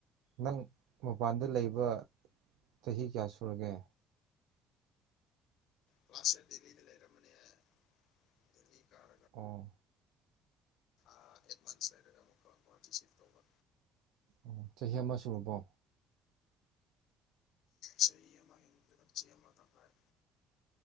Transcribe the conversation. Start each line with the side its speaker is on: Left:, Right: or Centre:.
Right: ꯅꯪ ꯃꯄꯥꯟꯗ ꯂꯩꯕ ꯆꯍꯤ ꯀꯌꯥ ꯁꯨꯔꯒꯦ
Left: ꯀ꯭ꯂꯥꯁ ꯗꯦꯜꯂꯤ ꯂꯩ ꯔꯃꯅꯦ ꯍꯥꯏ ꯗꯜꯂꯤ ꯀꯔ
Right: ꯑꯣ
Left: ꯑꯦꯗꯚꯥꯟꯁ ꯍꯥꯏꯔꯒ ꯑꯃꯨꯛꯀ ꯄꯇꯤꯁꯤꯞ ꯇꯧꯕ
Right: ꯑꯣ ꯆꯍꯤ ꯑꯃ ꯁꯨꯔꯕꯣ
Left: ꯆꯩꯃ ꯅꯤꯡꯃ ꯊꯝꯕꯔꯦ